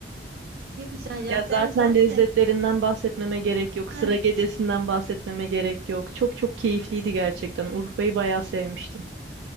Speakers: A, on the right (about 55°); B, on the right (about 75°).
A: Ne güzel ya
B: Ya zaten
A: ben zaten
B: lezzetlerinden bahsetmeme gerek yok. Sıra
A: heh,
B: gecesinden bahsetmeme gerek yok. Çok çok keyifliydi gerçekten. Urfa'yı bayağı sevmiştim.